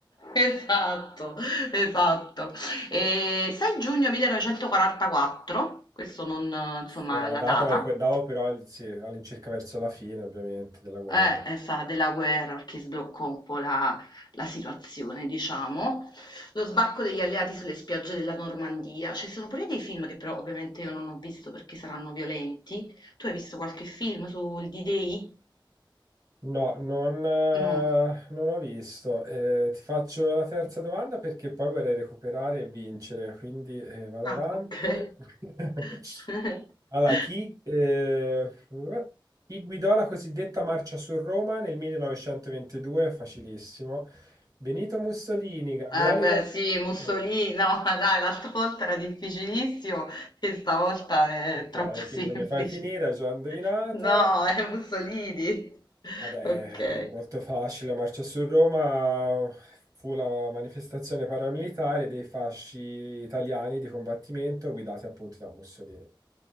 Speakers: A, on the left (about 55°); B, on the right (about 45°).
A: Esatto, esatto. E 6 giugno 1944, questo non insomma,
B: Ora la
A: la
B: data
A: data,
B: è quella, però il- sì, all'incirca verso la fine, ovviamente, della guerra.
A: eh, è stata della guerra perché sbloccò un po' la, la situazione, diciamo. Lo sbarco degli alleati sulle spiagge della Normandia. Ci sono pure dei film che però ovviamente io non ho visto perché saranno violenti. Tu hai visto qualche film sul D-Day?
B: No, non, eh,
A: No.
B: non ho visto. Eh, ti faccio la terza domanda perché poi vorrei recuperare e vincere, quindi eh, vado
A: Ah,
B: avanti.
A: ok.
B: <laughs>
A: <laughs>
B: Allora, chi, eh, chi guidò la cosiddetta marcia su Roma nel 1922? Facilissimo. Benito Mussolini, Gabriele
A: Eh beh
B: D'Annunzio.
A: sì, Mussolini, no <laughs> dai, l'altra volta era difficilissimo e stavolta è
B: Ok,
A: troppo <laughs> semplice.
B: quindi non mi fai finire, già indovinata.
A: No, è Mussolini.
B: Vabbè,
A: Ok,
B: molto facile, la marcia su Roma fu la manifestazione paramilitare dei fasci italiani di combattimento guidati appunto da Mussolini.